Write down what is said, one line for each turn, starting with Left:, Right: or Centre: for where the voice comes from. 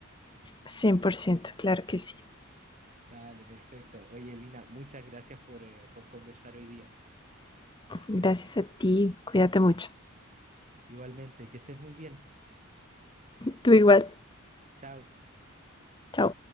Left: cien por ciento claro que sí.
Right: Dale, perfecto. Oye, Lina muchas gracias por, eh, por conversar hoy día.
Left: Gracias a ti. Cuídate mucho.
Right: Igualmente, que estés muy bien.
Left: Tú igual.
Right: Chao.
Left: Chao.